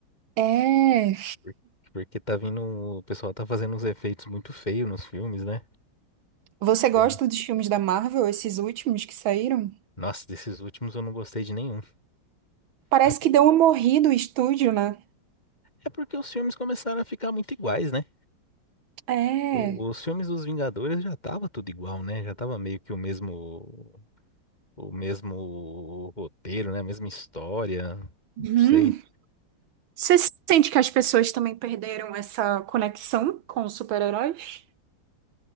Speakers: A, on the right; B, on the left.
A: É.
B: Por- Porque tá vindo, o pessoal tá fazendo uns efeitos muito feios nos filmes, né?
A: Você gosta
B: Sim.
A: dos filmes da Marvel, esses últimos que saíram?
B: Nossa, desses últimos eu não gostei de nenhum.
A: Parece
B: Ah,
A: que deu uma morrida o estúdio, né?
B: É porque os filmes começaram a ficar muito iguais, né?
A: É.
B: O- Os filmes dos Vingadores já tava tudo igual, né? Já tava meio que o mesmo, o mesmo roteiro, né? A mesma história. Não
A: Hum.
B: sei.
A: Você sente que as pessoas também perderam essa conexão com os super-heróis?